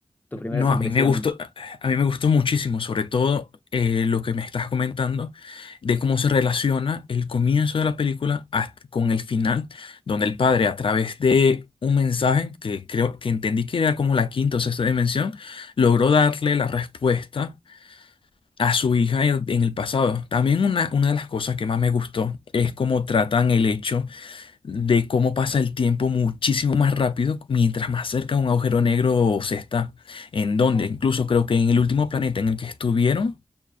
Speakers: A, on the left (about 15°); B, on the left (about 65°).
A: tus primeras
B: No,
A: impresiones.
B: a mí me gustó, a mí me gustó muchísimo, sobre todo eh, lo que me estás comentando de cómo se relaciona el comienzo de la película hasta- con el final, donde el padre a través de un mensaje que creo que entendí que era como la quinta o sexta dimensión, logró darle la respuesta a su hija en en el pasado. También una, una de las cosas que más me gustó es cómo tratan el hecho de cómo pasa el tiempo muchísimo más rápido mientras más cerca de un agujero negro se está. En donde, incluso creo que en el último planeta en el que estuvieron,